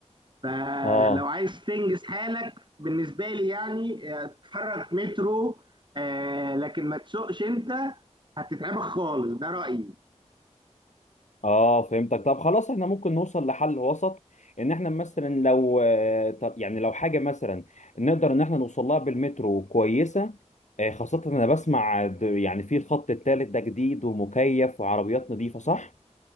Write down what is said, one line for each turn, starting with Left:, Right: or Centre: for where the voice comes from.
Right: فلو
Left: اه
Right: عايز تنجز حالك بالنسبة لي يعني آه، اتحرك مترو آه، لكن ما تسوقش انت هتتعبك خالص ده رأيي
Left: اه فهمتك طب خلاص احنا ممكن نوصل لحل وسط ان احنا مثلا لو آه، طب يعني لو حاجه مثلا نقدر ان احنا نوصل لها بالمترو كويسه آه، خاصه انا بسمع د- يعني في الخط الثالث ده جديد ومكيف وعربيات نظيفه صح